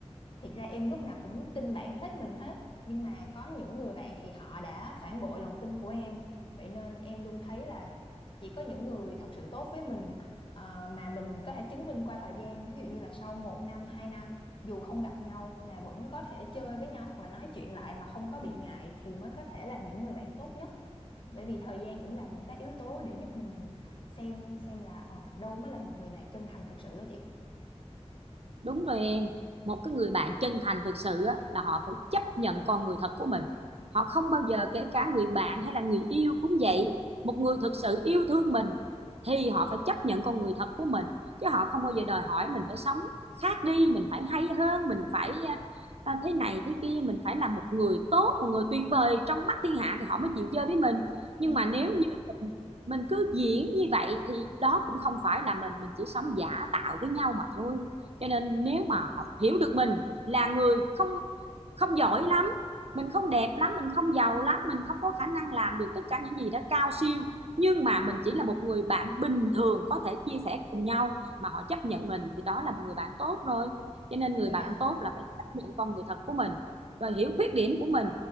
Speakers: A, on the left (about 45°); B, on the right (about 60°).
A: thiệt ra em lúc nào cũng tin bạn hết mình hết nhưng mà có những người bạn thì họ đã phản bội lòng tin của em vậy nên em luôn thấy là chỉ có những người thật sự tốt với mình ờ, mà mình có thể chứng minh qua thời gian ví dụ như là sau một năm hai năm dù không gặp nhau mà vẫn có thể chơi với nhau hoặc là nói chuyện lại mà không có bị ngại thì mới có thể là những người bạn tốt nhất bởi vì thời gian cũng là một cái yếu tố để giúp mình xem xem là ờ, đâu mới là một người bạn chân thành thật sự á chị
B: Đúng rồi em, một cái người bạn chân thành thực sự á, là họ phải chấp nhận con người thật của mình. Họ không bao giờ kể cả người bạn hay là người yêu cũng vậy. Một người thực sự yêu thương mình thì họ phải chấp nhận con người thật của mình. Chứ họ không bao giờ đòi hỏi mình phải sống khác đi, mình phải hay hơn, mình phải à, thế này thế kia, mình phải là một người tốt, một người tuyệt vời trong mắt thiên hạ thì họ mới chịu chơi với mình. Nhưng
A: dạ
B: mà nếu như mình, mình cứ diễn như vậy thì đó cũng không phải là mình, mình chỉ sống giả tạo với nhau mà thôi cho nên nếu mà họ hiểu được mình là người không không giỏi lắm mình không đẹp lắm mình không giàu lắm mình không có khả năng làm được tất cả những gì đó cao siêu nhưng mà mình chỉ là một người bạn bình thường có thể chia sẻ cùng nhau mà họ chấp nhận mình thì đó là một người bạn tốt rồi cho nên
A: dạ
B: người bạn tốt là phải chấp nhận con người thật của mình rồi hiểu khuyết điểm của mình